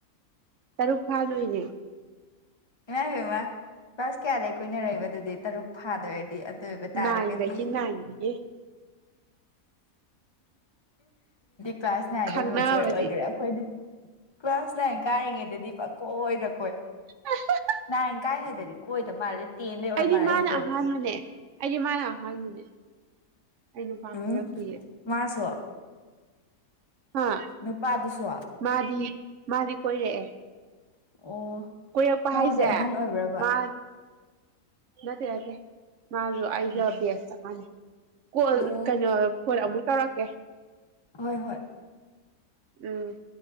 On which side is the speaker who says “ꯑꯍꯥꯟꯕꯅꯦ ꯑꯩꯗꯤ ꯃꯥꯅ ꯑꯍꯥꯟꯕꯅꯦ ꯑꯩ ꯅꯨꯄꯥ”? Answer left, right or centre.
Right